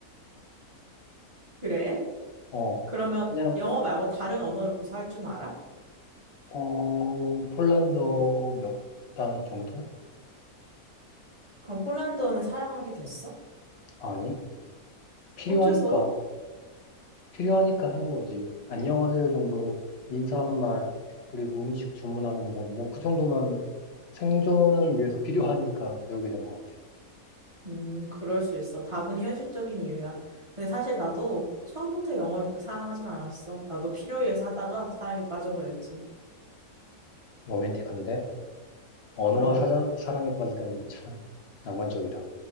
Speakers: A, on the right (about 25°); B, on the left (about 55°).
A: 그래?
B: 어,
A: 그러면
B: 그냥
A: 영어 말고 다른 언어를 구사할 줄 알아?
B: 어 폴란드어 몇 단어 정도?
A: 그럼 폴란드어는 사랑하게 됐어?
B: 아니, 필요하니까
A: 어째서?
B: 필요하니까 하는 거지. 안녕하세요 정도 인사말 그리고 음식 주문하는 법 뭐 그 정도만 생존을 위해서 <laughs> 필요하니까 배우게 된 것 같아.
A: 음, 그럴 수 있어. 다분히 현실적인 이유야. 근데 사실 나도 처음부터 영어를 그렇게 사랑하진 않았어. 나도 필요에 의해서 하다가 사랑에 빠져버렸지.
B: 로맨틱한데? 언어와
A: 그럼.
B: 사장, 사랑에 빠지다니 참 낭만적이다.